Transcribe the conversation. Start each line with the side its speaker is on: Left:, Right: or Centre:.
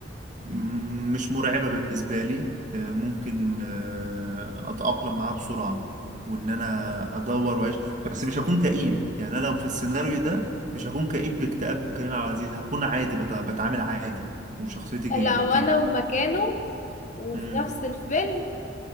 Right: مم، مش مرعبة بالنسبة لي آه، ممكن آه، أتأقلم معاه بسرعة وإن أنا أدور وأعيش بس مش هكون كئيب يعني أنا لو في السيناريو ده مش هكون كئيب باكتئاب كريم عبد العزيز هكون عادي بت- بتعامل عادي وشخصيتي
Left: لو
Right: لطيفة
Left: انا ومكانه وفي
Right: مم،
Left: نفس الفيلم